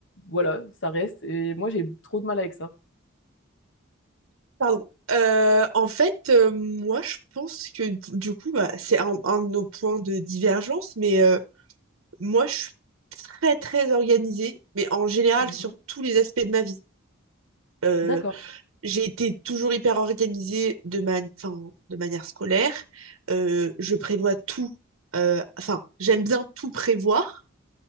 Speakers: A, on the left; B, on the right.
A: Voilà, ça reste. Et moi, j'ai trop de mal avec ça.
B: pardon. Euh, en fait, euh, moi, je pense que du coup, bah, c'est un, un de nos points de divergence, mais euh, moi, je suis très, très organisée, mais en général
A: Mhm.
B: sur tous les aspects de ma vie. Euh,
A: D'accord.
B: j'ai été toujours hyper organisée de ma, enfin, de manière scolaire. Euh, je prévois tout. Euh, enfin, j'aime bien tout prévoir.